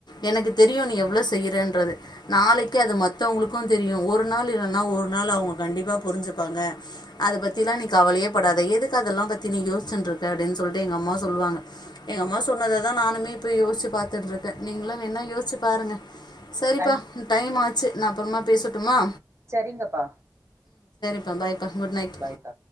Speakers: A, on the left (about 75°); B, on the right (about 35°).
A: எனக்கு தெரியு நீ எவ்ளோ செய்யறன்றது நாளைக் அது மத்தவங்களுக்கு தெரியு ஒரு நாள் இல்லன்னா ஒரு நாள் அவங்க கண்டிப்பா புரிஞ்சுப்பாங்க அத பத்தி எல்லா நீ கவலயேபடாத எதுக்கு அதெல்லா பத்தி நீ யோச்சுன்டு இருக்க அப்டின்னு சொல்லிட்டு எங்க அம்மா சொல்லுவாங்க எங்க அம்மா சொன்னததா நானுமே இப்ப யோசிச்சு பாத்துட்டு இருக்க நீங்களு வேன்ன யேச்சு பாருங்க சேரிப்பா
B: கண்
A: ச்சு நா அப்புறமா பேசட்டுமா
B: சரிங்கப்பா
A: <unintelligible> பாய் <unintelligible> குட் நைட்
B: பாய்ப்பா